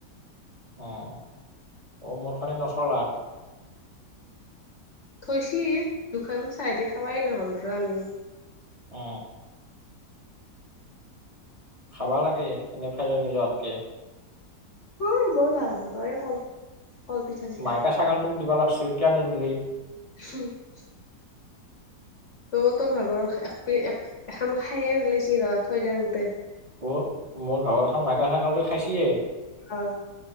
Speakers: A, on the right; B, on the left.
A: অ', অ' মোৰ কাৰণে নথলা।
B: থৈছি দুখন চাইদি খাৱাই নহ'ল ৰ আমিও।
A: অ। খাবা লাগে এনে ফেলেনি জোৱাতকে।
B: অ' বৰ ভাল নাপাওঁ এই কল। কলপিঠা চিঠা
A: মাইকা ছাগালটোক দিব লাগছিল কিয়া নিদিলি।
B: <unintelligible> অ তোৰ ভাগৰ একপিচ এক এখান খায়ে পেলাইচি ৰহ থৈ দেওঁতে।
A: অ মোৰ ভাগৰখান মাইকা চাগালটোই খাইছিয়ে।
B: অ